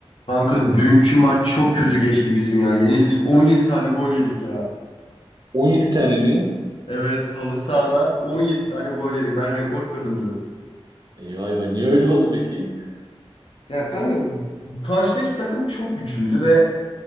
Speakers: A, on the left; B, on the right.
A: Kanka dünkü maç çok kötü geçti bizim ya. Yenildik. 17 tane gol yedik ya.
B: 17 tane mi?
A: Evet halı sahada 17 tane gol yedik. Ben rekor kırdım dün.
B: Eyvah eyvah niye öyle oldu peki?
A: Ya kanka karşıdaki takım çok güçlüydü ve